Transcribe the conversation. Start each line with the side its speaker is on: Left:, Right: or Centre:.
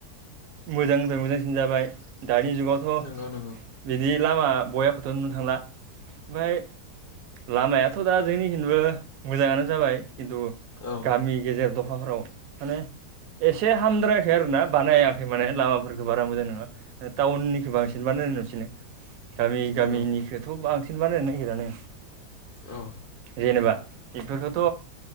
Right: मोजांनिफ्राय मोजां दिन जाबाय दानि जुगावथ'
Left: औ नंगौ
Right: बिदि लामा बयाखौथ' नुनो थांला ओमफ्राय लामायाथ' दा जोंनि हिनबो मोजाङानो जाबाय खिन्थु
Left: औ
Right: गामि गेजेर दखान अखाफ्राव माने एसे हामद्रायाखै आरोना बानायाखै माने लामाफोरखौ बारा मोजां नङा टाउननिखौ बांसिन बानायनाय नुसिनो गामि गामिनिखौथ'
Left: नंगौ
Right: बांसिन बानायनो नागिरानो
Left: औ
Right: जेनेबा बेफोरखौथ'